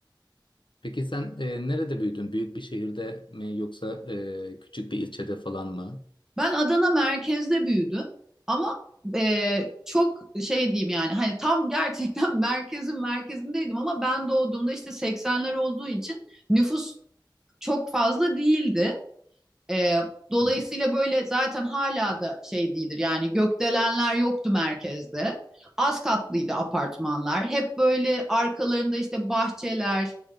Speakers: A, on the left; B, in the centre.
A: Peki sen e, nerede büyüdün? Büyük bir şehirde mi yoksa e, küçük bir ilçede falan mı?
B: Ben Adana merkezde büyüdüm ama e, çok şey diyeyim yani hani tam gerçekten <laughs> merkezin merkezindeydim ama ben doğduğumda işte 80'ler olduğu için nüfus çok fazla değildi. Ee, dolayısıyla
A: Hı.
B: böyle zaten hala da şey değildir yani gökdelenler yoktu merkezde. Az katlıydı apartmanlar. Hep böyle arkalarında işte bahçeler,